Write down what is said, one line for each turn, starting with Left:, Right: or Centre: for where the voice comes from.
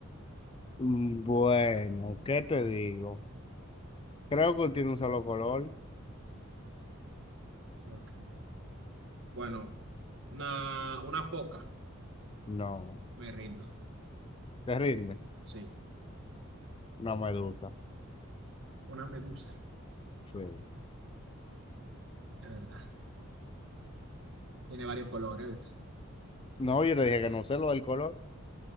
Left: Mm, Bueno, ¿qué te digo? Creo que tiene un solo color.
Right: Ok. Bueno, una, una foca.
Left: No,
Right: Me rindo.
Left: te rinde.
Right: Sí.
Left: Una medusa.
Right: Una medusa.
Left: Sí.
Right: es verdad. Tiene varios colores. ¿viste?
Left: No, yo te dije que no sé lo del color.